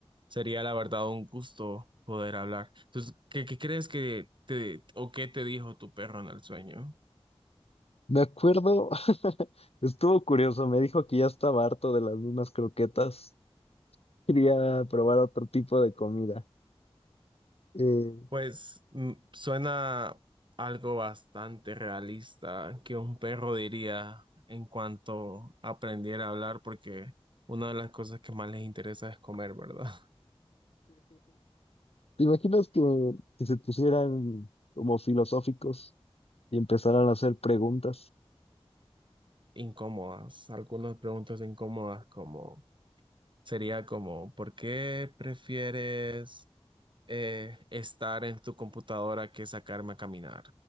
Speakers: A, on the right; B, on the left.
A: sería la verdad un gusto poder hablar. Entonces, ¿qué, qué crees que te o qué te dijo tu perro en el sueño?
B: Me acuerdo, <laughs> estuvo curioso, me dijo que ya estaba harto de las mismas croquetas, quería probar otro tipo de comida. Eh,
A: Pues mm, suena algo bastante realista que un perro diría en cuanto aprendiera a hablar, porque una de las cosas que más les interesa es comer, ¿verdad? <laughs>
B: ¿Te imaginas que, que se pusieran como filosóficos y empezaran a hacer preguntas?
A: Incómodas, algunas preguntas incómodas como sería como, ¿por qué prefieres eh, estar en tu computadora que sacarme a caminar?